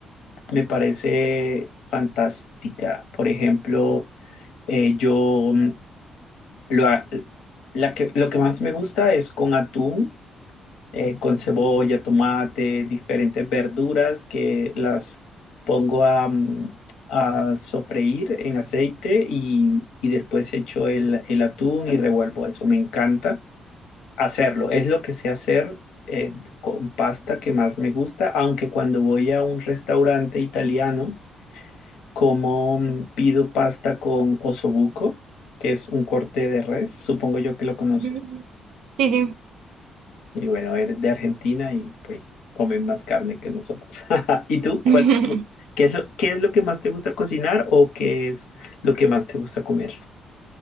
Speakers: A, on the left; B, on the right.
A: me parece fantástica. Por ejemplo, eh, yo mm, lo, ha- la que, lo que más me gusta es con atún eh, con cebolla, tomate, diferentes verduras que las pongo a, mm, a sofreír en aceite y, y después echo el, el atún y revuelvo eso. Me encanta hacerlo. Es lo que sé hacer eh, con pasta que más me gusta, aunque cuando voy a un restaurante italiano, como mm, pido pasta con osobuco, que es un corte de res, supongo yo que lo conoces.
B: Ujú. Sí, sí.
A: Y bueno, eres de Argentina y pues comen más carne que nosotros. <laughs> ¿Y tú?
B: <laughs>
A: ¿Cuál ¿Qué es lo, qué es lo que más te gusta cocinar o qué es lo que más te gusta comer?